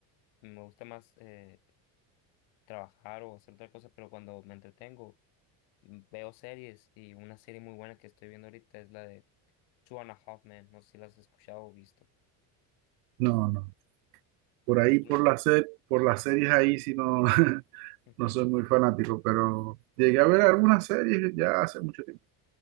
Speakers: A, on the left; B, on the right.
A: me gusta más eh, trabajar o hacer otra cosa, pero cuando me entretengo mm, Veo series y una serie muy buena que estoy viendo ahorita es la de Two and a Half Men. No sé si la has escuchado o visto.
B: No, no. Por
A: Es
B: ahí,
A: una.
B: por la se- por las series ahí, si no, <laughs>
A: Ujú.
B: no soy muy fanático, pero llegué a ver algunas series ya hace mucho tiempo.